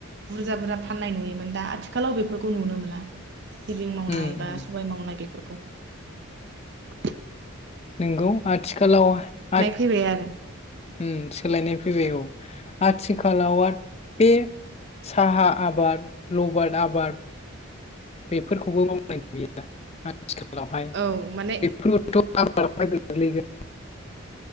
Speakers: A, on the right; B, on the left.
A: बुरजा बुरजा फाननाय नुयोमोन दा आथिखालाव बेफोरखौ नुनो मोना सिबिं मावनाय
B: उम
A: बा
B: उम
A: सबाय मावनाय बे <unintelligible>
B: नोंगौ आथिखालाव आथ
A: फैबाय आरो
B: उम सोलायनाय फैबाय औ आथिखालावाद बे साहा आबाद लबार आबाद बेफोरखौबो मावनाय गैया आथिखालावहाय
A: औ माने
B: बेफोरबोथ आब बादाव गोग्लैगोन